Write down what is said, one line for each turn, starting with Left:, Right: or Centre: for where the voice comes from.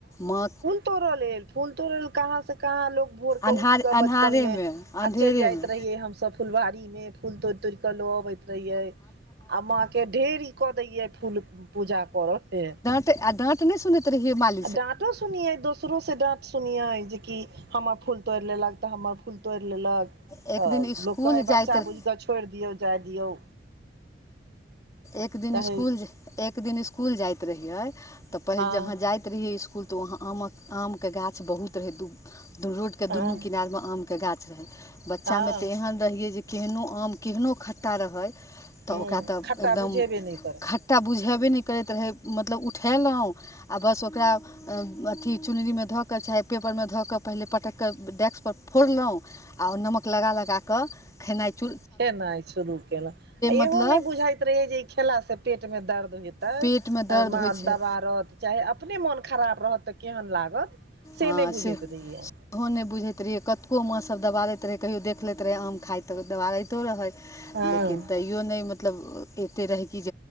Left: मां
Right: तोड़ लेल, फूल तोड़ले कहाँ से कहाँ लोग भोर क
Left: अन्हार
Right: उठ कऽ, बचपन
Left: अन्हारेमे
Right: मे
Left: अन्धेरेमे
Right: आ चलि जाइत रहियै, हमसभ फुलबारीमे फूल तोड़ि तोड़ि कऽ लऽ अबैत रहियै। आ माँके ढेरी कऽ दैयए फूल पूजा करयके
Left: ते आडाँट नहि सुनैत <inaudible>
Right: आ डाँटो सुनिय, दोसरो से डांट सुनियै जेकि हमर फूल तोड़ लेलक, तऽ हमर फूल तोड़ लेलक
Left: एक
Right: तऽ
Left: दिन इसकुल
Right: लोक कहे बच्चा
Left: जाइत
Right: बुझ त छोड़ि दियो, जे दियो।
Left: एक दिन
Right: कहै
Left: स्कूल, एक दिन स्कूल जाइत रहियै, तऽ पहिल
Right: हँ
Left: जहाँ जाय त रहिये स्कूल, त वहां आमक आम के गाछ बहुत रहै, दू रोड के
Right: हँ
Left: दुनू किनार में आम के गाछ रहै, बच्चामे
Right: हँ
Left: तऽ एहन रहियै, जे केहनो आम केहनो खट्टा रहै। तऽ
Right: हँ
Left: ओकरा तऽ
Right: खट्टा
Left: एकदम
Right: बुझेबे नहि करै
Left: खट्टा बुझेबे नहि करैत रहै, मतलब उठेलहुँ आ बस ओकरा। अथी चुनरी मे धऽ कऽ, चाहे पेपरमे धऽ कऽ, पहिले पटक कऽ डेस्कपर फोड़लहुँ। आ ओ नमक लगा-लगा कऽ खेनाइ चू
Right: खेनाइ शुरू केलहुं, आ
Left: मतलब
Right: इहो नहि बुझाइत रहै, जे ई खेलास पेट मे दर्द हे तांय
Left: पेटमे दर्द
Right: माँ
Left: होइ छै
Right: दबारत चाहे, अपने मोन खराब रहत तऽ केहन लागत। से
Left: हाॅं,
Right: नहि बुझैत
Left: सेह
Right: रहियै
Left: ओहो नहि बुझैत रहियै, कतको माँ सभ दबारैत रहै, कहियो देख लैत रहै आम खाइत तऽ, दबारैतो रहै।
Right: हँ
Left: लेकिन तैयो नहि, मतलब एते रहै कि,